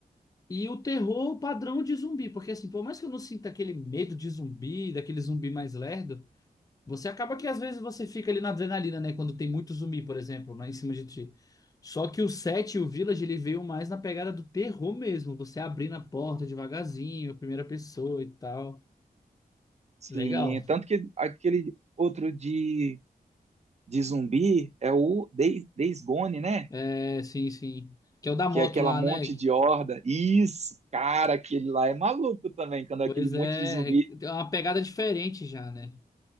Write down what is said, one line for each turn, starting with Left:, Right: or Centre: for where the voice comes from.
Left: e o terror padrão de zumbi, porque assim, por mais que eu não sinta aquele medo de zumbi, daquele zumbi mais lerdo, você acaba que às vezes você fica ali na adrenalina, né, quando tem muito zumbi, por exemplo, né, em cima de ti. Só que o 7 e o Village ele veio mais na pegada do terror mesmo, você abrindo a porta devagarzinho, primeira pessoa e tal.
Right: Sim,
Left: Legal.
Right: tanto que aquele outro de, de zumbi é o Days, Days Gone, né?
Left: É, sim, sim. Que é o da
Right: Que
Left: moto
Right: é aquela
Left: lá,
Right: monte
Left: né?
Right: de horda. Isso, cara, aquele lá é maluco também, quando
Left: Pois
Right: é aquele monte
Left: é,
Right: de zumbi.
Left: é tem uma pegada diferente já, né?